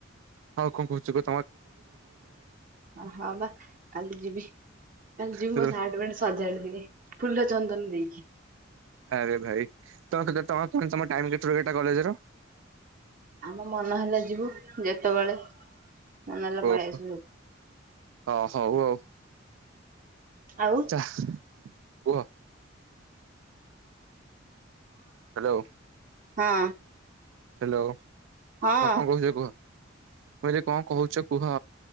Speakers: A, on the right; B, on the right.
A: ଆଉ କଣ କହୁଛୁ କ
B: ହଁ ବା କାଲି ଯିବି, କାଲି ଯିବି
A: କେତେବେଳେ
B: ମୋ ସାଟ୍ ପେଣ୍ଟ ସଜାଡି ଦିଏଁ। ଫୁଲ ଚନ୍ଦନ ଦେଇକି।
A: ଆରେ ଭାଇ ତ ତ କ ତ କେତ ଏଟା କଲେଜ ର।
B: ଆମ ମନ ହେଲା ଯିବୁ ଯେତେବେଳେ। ମନ ହେଲା ପଳେଇ
A: ଓହୋ
B: ଆସିବୁ
A: ହ ଅହଉ ଆଉ
B: ଆଉ
A: ଚା ଉହ ହ୍ୟାଲୋ।
B: ହଁ।
A: ହ୍ୟାଲୋ।
B: ହଁ।
A: ଆଉ କଣ କହୁଛ କୁହ। ହଇରେ କଣ କହୁଛ କୁହ।